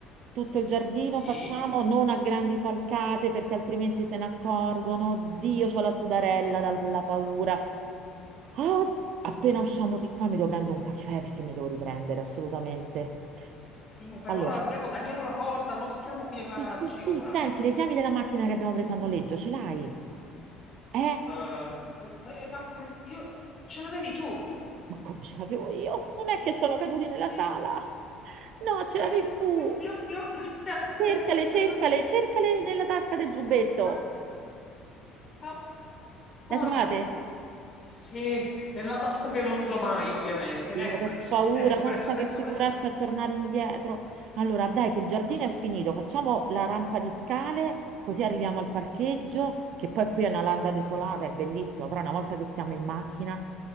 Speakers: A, on the right (about 60°); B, on the left (about 30°).
A: Tutto il giardino
B: Sì.
A: facciamo, non a grandi falcate perché altrimenti se ne accorgono. Dio, c'ho la sudarella
B: No.
A: dalla paura. Ah,
B: C'ho
A: appena
B: paura, c'ho
A: usciamo
B: paura,
A: di
B: c'ho paura.
A: qua mi devo prendere un caffè perché mi devo riprendere assolutamente.
B: Sì, ma per
A: Allora,
B: ora andiamo, tagliamo la corda, non stiamo qui
A: sì,
B: nei paraggi
A: sì, sì,
B: ora.
A: senti, le chiavi della macchina che abbiamo preso a noleggio, ce l'hai? Eh?
B: Eh, eh, eh, eh, ma, ma io ce l'avevi tu.
A: Ma come ce l'avevo io? Non è che sono caduti nella
B: Ti-
A: sala. No, ce l'avevi
B: eh,
A: tu.
B: l'ho- l'ho- l'ho da-
A: Cercale,
B: l'ho-
A: cercale,
B: l'ho data-
A: cercale nella tasca del
B: Oh,
A: giubbetto.
B: oh, oh, oh.
A: La
B: Ah,
A: trovate?
B: Sì, nella tasca che non uso mai, ovviamente.
A: Io
B: Ecco,
A: che ho paura,
B: presto,
A: pensa
B: presto, presto,
A: che figuraccia
B: presto.
A: a tornare indietro. Allora, dai, che il giardino
B: No, signor.
A: è finito, facciamo la rampa di scale, così arriviamo al parcheggio,
B: Sì.
A: che poi qui è una landa
B: Piano,
A: desolata,
B: piano,
A: è bellissimo, però una volta che siamo in macchina